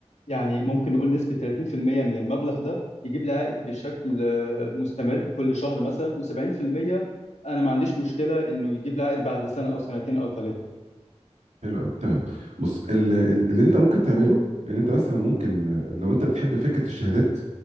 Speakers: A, on the left (about 75°); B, on the right (about 90°).
A: يعني ممكن نقول نسبة 30% من المبلغ ده يجيب لي عائد بشكل آه، مستمر كل شهر مثلا و70% أنا ما عنديش مشكلة إنه يجيب لي عائد بعد سنة أو سنتين أو ثلاثة.
B: حلو قوي تمام بص ال- ال- اللي انت ممكن تعمله ان انت مثلا ممكن آه، لو انت بتحب فكره الشهادات